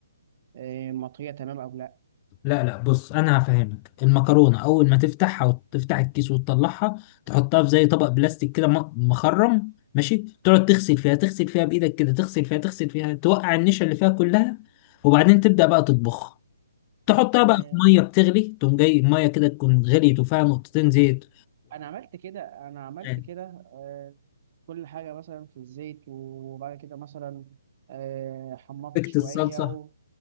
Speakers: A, on the right; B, on the left.
A: آه، مطريه تمام او لا
B: لا لا بص أنا هفهمك المكرونة أول ما تفتحها وتفتح الكيس وتطلعها تحطها في زي طبق بلاستيك كده م- مخرم ماشي تقعد تغسل فيها تغسل فيها بإيدك كده تغسل فيها تغسل فيها توقع النشا اللي فيها كلها وبعدين تبدأ بقى تطبخها تحطها
A: تمام
B: بقى في ميه بتغلي تقوم جاي الميه كده تكون غليت وفيها نقطتين زيت
A: انا عملت كده انا عملت
B: وسبكت
A: كده آه، كل حاجه مثلا في الزيت وبعد كده مثلا آه، حمرت شويه
B: الصلصه
A: و-